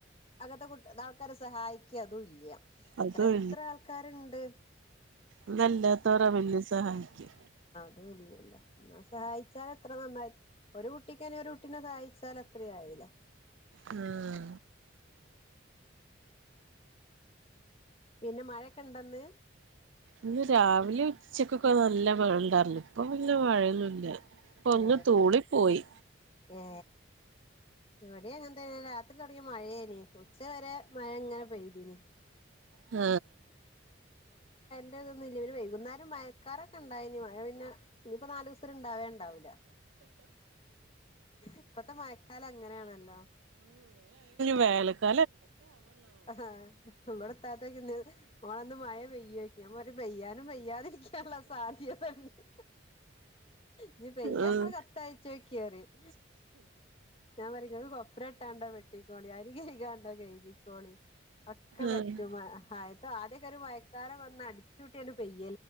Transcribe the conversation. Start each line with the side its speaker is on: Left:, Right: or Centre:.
Left: അങ്ങത്തെ കുട്ട്ആൾക്കാരെ സഹായി ഇക്കി അതുല്യാ
Right: അതും
Left: എത്ര എത്ര ആൾക്കാര്ണ്ട്‌.
Right: അതല്ലാത്ത ഒരാ പിന്നേം സഹായിക്ക്യ.
Left: അതൂ ഇല്ലല്ല ന്നാ സഹായിച്ചാല് എത്ര നന്നായി് ഒരു കുട്ടിക്ക്ന്ന ഒരു കുട്ടിനെ സഹായിച്ചാൽ അത്രെയായി. ലേ.
Right: ആഹ.
Left: പിന്നെ മഴൊക്കെ ഇണ്ടന്ന്.
Right: ഇന്ന് രാവിലെ ഉച്ചക്കൊക്കെ നല്ല മഴ ഇണ്ടായിർന്ന് ഇപ്പൊ പിന്നെ മഴയൊന്നുല്ല. ഇപ്പൊ ഒന്ന്
Left: ഏ
Right: തൂളി പോയി
Left: ഏ ഇവടെ അങ്ങനതനെ തുടങ്ങിയ മഴയെനി ഉച്ച വരെ മഴ ഇങ്ങനെ പെയ്തനി.
Right: ആ.
Left: ല്ല്യെ പിന്നെ വൈകുന്നേരം മയക്കാരൊക്കെ ഉണ്ടായിനി മയ പിന്നെ ഇനിയിപ്പ നാലൂസാത്തിന് ഉണ്ടാവേണ്ടാവൂല്യാ. ഇപ്പത്തെ മയക്കാല അങ്ങനെയാണല്ലോ.
Right: വേലക്ക.
Left: ആ് ഇവിടെത്താത്ത ചോയ്ക്കണ്ട് മോളേ മഴ പെയ്യോ. ഞാൻ പറയും പെയ്യാനും പെയ്യാതിരിക്കാള്ള സാധ്യതണ്ട്. നീ പെയാങ്ങൾ
Right: ആഹ്
Left: കത്തയച്ചോക്കി പറയും ഞാൻ പറയും ഇങ്ങള് കൊപ്ര. ട്ടാണ്ടോ വെട്ടിക്കോണി അരി കഴ്കാണ്ടോ കഴകി. ള്ളി ഒക്കെ പറ്റും
Right: ആഹ്
Left: അത് ആദ്യക്കെ ഒരു മയക്കാലം വന്ന് അടിച്ചൂട്ടി ങ്ങട്ട് പെയ്യും.